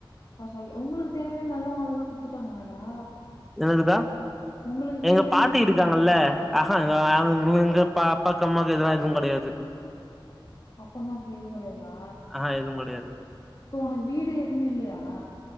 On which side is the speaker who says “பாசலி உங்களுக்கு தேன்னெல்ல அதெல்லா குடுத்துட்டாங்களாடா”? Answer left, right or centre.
Left